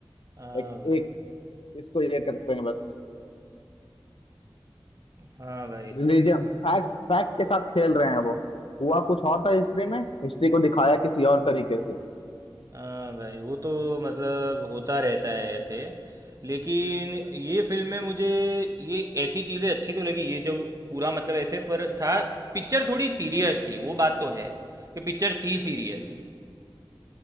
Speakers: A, on the right; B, on the left.
A: हाँ
B: एक
A: भाई
B: एक इसको ये करते हैं बस
A: हाँ भाई
B: रिलीजन फैक्ट फैक्ट के साथ खेल रहे हैं वो हुआ कुछ और था हिस्ट्री में हिस्ट्री को दिखाया किसी और तरीके से
A: हाँ भाई वो तो मतलब होता रहता है ऐसे लेकिन ये फिल्म में मुझे ये ऐसी चीज़ें अच्छी तो लगी ये जो पूरा मतलब ऐसे पर था पिक्चर थोड़ी सीरियस थी वो बात तो है कि पिक्चर थी सीरियस